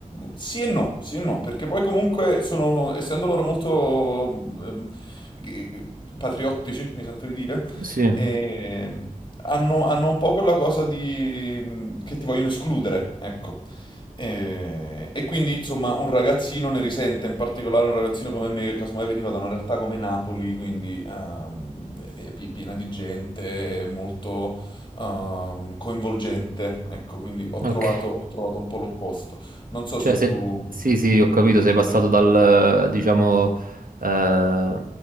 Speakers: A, on the left (about 35°); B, on the right (about 80°).
A: sì e no, sì e no, perché poi comunque sono, essendo loro molto ehm, g- g- patriottici, mi sento di dire,
B: Sì,
A: ehm, hanno, hanno un po' quella cosa di, mhmm, che ti vogliono escludere, ecco. Eh, E, quindi, insomma, un ragazzino ne risente, in particolare un ragazzino come me, che casomai veniva da una realtà come Napoli, quindi ehm, è pi- piena di gente, molto ehm, coinvolgente, ecco, quindi ho
B: ok.
A: trovato, ho trovato un po' l'opposto. Non so
B: Cioè,
A: se
B: se...
A: tu...
B: sì, sì, ho capito, sei passato dal, diciamo, ehm,